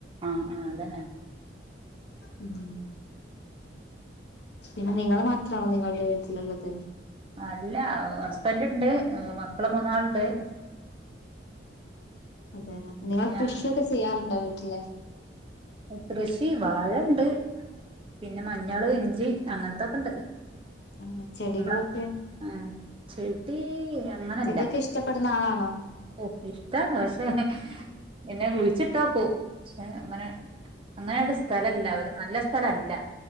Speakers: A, on the right; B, on the left.
A: ആഹ് ആഹ് അതന്നെ
B: ഉം പിന്നെ നിങ്ങൾ മാത്രാണോ നിങ്ങളുടെ വീട്ടിലുള്ളത്
A: അല്ല ഹസ്ബൻ്റ് ഇണ്ട് മ മക്കൾ മൂന്നാള് ഉണ്ട്.
B: അതല്ലേ നിങ്ങള്
A: ഞാനും
B: കൃഷിയൊക്കെ ചെയ്യാറുണ്ടോ വീട്ടില്?
A: കൃഷി വാഴയുണ്ട് പിന്നെ മഞ്ഞള് ഇഞ്ചി അങ്ങനത്തൊക്കെ ഇണ്ട്.
B: ഉം ചെടികളൊക്കെ
A: നമ്മള് ഉം ചെടി അങ്ങനെയല്ല
B: ചെടിയൊക്കെ ഇഷ്ടപ്പെടുന്ന ആളാണോ?
A: ഓ ഇഷ്ടാണ് പക്ഷേ എന്നെ കുഴി ച്ചിട്ടാ പോവും പക്ഷേ അങ്ങനെ. അങ്ങനാണ്ട് സ്ഥലയില്ല ഒരു നല്ല സ്ഥ സ്ഥല അല്ല.